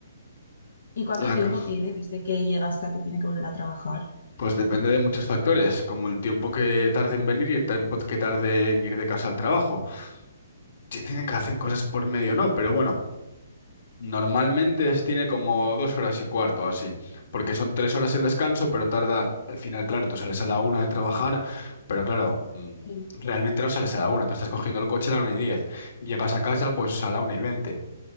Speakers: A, on the left (about 80°); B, on the left (about 55°).
A: ¿Y cuánto
B: La
A: tiempo
B: ca-
A: tiene desde que llega hasta que tiene que volver a trabajar?
B: pues depende de muchos factores, como el tiempo que tarde en venir y el tiempo que tarde en ir de casa al trabajo. Si tienen que hacer cosas por medio no, pero bueno. Normalmente es- tiene como dos horas y cuarto o así, porque son tres horas el descanso, pero tarda, al final, claro, tú sales a la una de trabajar, pero claro, mm,
A: Sí.
B: realmente no sales a la una, tú estás cogiendo el coche a la una y diez, llegas a casa pues a la una y veinte.